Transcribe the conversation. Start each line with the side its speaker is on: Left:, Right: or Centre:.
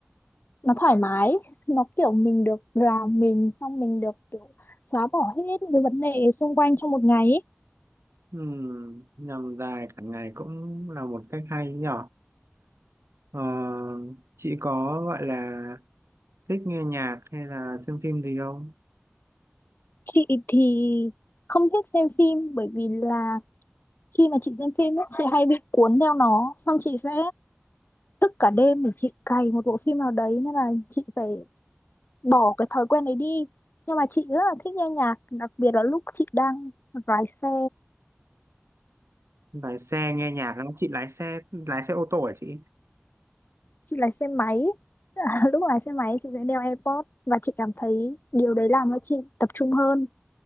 Left: nó thoải mái nó kiểu mình được làm mình xong mình được kiểu xóa bỏ hết những cái vấn đề xung quanh trong một ngày ấy.
Right: Ừm, nhằm dài cả ngày cũng là một cách hay nhỉ? Ờ, chị có gọi là thích nghe nhạc hay là xem phim gì không?
Left: chị thì không thích xem phim bởi vì là khi mà chị xem phim ấy, chị hay bị cuốn theo nó xong chị sẽ thức cả đêm để chị cày một bộ phim nào đấy nên là chị phải bỏ cái thói quen đấy đi nhưng mà chị rất là thích nghe nhạc đặc biệt là lúc chị đang lái xe
Right: Lái xe nghe nhạc không? Chị lái xe lái xe ô tô hả chị?
Left: chị lái xe máy <laughs> lúc lái xe máy chị sẽ đeo AirPods và chị cảm thấy điều đấy làm cho chị tập trung hơn